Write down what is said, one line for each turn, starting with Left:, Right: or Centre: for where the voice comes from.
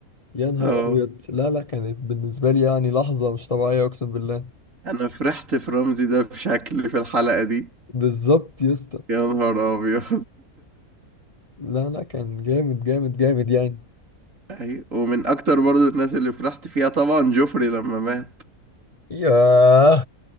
Left: يا نهار
Right: اه
Left: أبيض لا لا كانت بالنسبة لي يعني لحظة مش طبيعية أقسم بالله
Right: انا فرحت في رمزي ده بشكل في الحلقة دي
Left: بالظبط يا اسطى
Right: يا نهار ابيض
Left: لا لا كان جامد جامد جامد يعني
Right: <laughs> ايوه ومن اكتر برضو الناس اللي فرحت فيها طبعا جوفري لما مات
Left: ياه